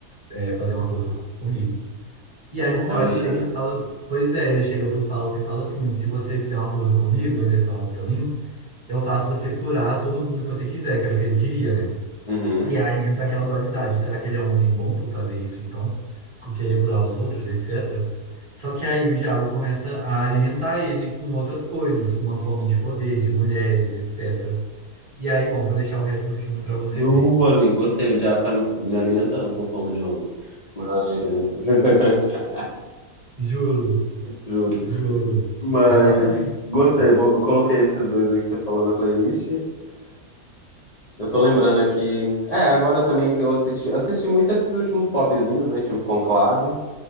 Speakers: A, on the right; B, on the left.
A: é, fazer um acordo comigo? E
B: Olha.
A: aí no final ele chega e fala: Pois é, ele chega pro Fausto e fala assim: Se você fizer um acordo comigo, vender sua alma pra mim, eu faço você curar todo mundo que você quiser, que era o que ele queria, né?
B: Uhum.
A: E aí entra aquela dualidade. Será que ele é um homem bom por fazer isso, então? Por querer curar os outros, etc. Só que aí o diabo começa a alimentar ele com outras coisas, com uma fome de poder, de mulheres, etc. E aí, bom, vou deixar o resto do filme pra você
B: Nu,
A: ver.
B: amigo, gostei. O diabo tá me me alimentando com fome de homem. Mas. <laughs>
A: Juro,
B: Juro.
A: juro.
B: Mas.
A: É exatamente
B: Gostei,
A: isso.
B: vou- eu coloquei esses dois aí que você falou na playlist. Eu tô lembrando aqui. É, agora também que eu assisti. Assisti muito esses últimos popzinhos, né? Tipo Conclave,